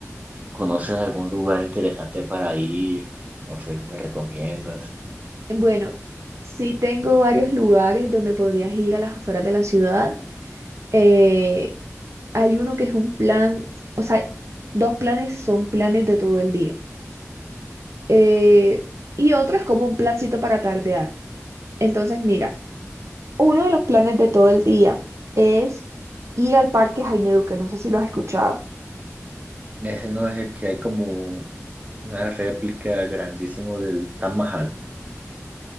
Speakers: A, on the right; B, on the right.
A: conoces algún lugar interesante para ir, no sé qué me recomiendas.
B: Bueno, sí tengo varios lugares donde podrías ir a las afueras de la ciudad. Eh, hay uno que es un plan, o sea, dos planes son planes de todo el día. Eh, y otro es como un plancito para tardear. Entonces, mira, Uno de los planes de todo el día es ir al Parque Jaime Duque, no sé si lo has escuchado.
A: Ese no es el que hay como una réplica grandísimo del Taj Mahal.